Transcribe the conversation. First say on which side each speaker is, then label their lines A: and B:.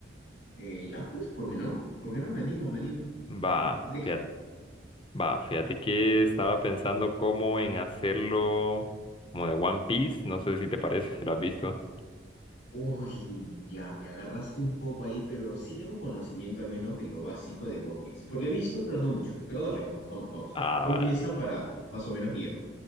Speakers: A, on the left; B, on the left.
A: Eh, ya pues, ¿por qué no? ¿Por qué no? Me animo, me animo. Dale.
B: Va,
A: ¿De qué?
B: fíjate, va, fíjate que estaba pensando cómo en hacerlo como de One Piece, no sé si te parece, si lo has visto.
A: Uy, ya, me agarraste un poco ahí, pero sí tengo conocimiento al menos de lo básico de One Piece. Porque he visto, pero no mucho. Pero dale, vamos, vamos, vamos.
B: Ah,
A: Tú
B: vale.
A: empieza para más o menos guiarme.